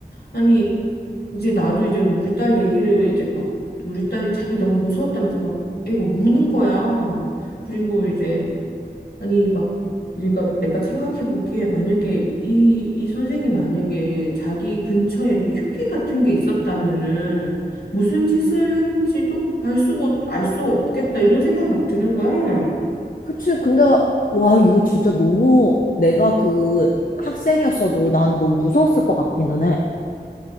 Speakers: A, on the left; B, on the left.
A: 아니, 이제 나도 이제 우리 딸 얘기를 이제 막 우리 딸이 자기 너무 무서웠다면서 막 애가 우는 거야. 그리고 이제 아니 막 그러니까 내가 생각해 보기에 만약에 이 이 선생이 만약에 자기 근처에 이렇게 흉기 같은 게 있었다면은 무슨 짓을 했는지도 알 수가 알 수 없겠다 이런 생각이 막 드는 거야.
B: 그치. 근데, 와, 이거 진짜 너무 내가 그 학생이었어도 난 너무 무서웠을 것 같기는 해.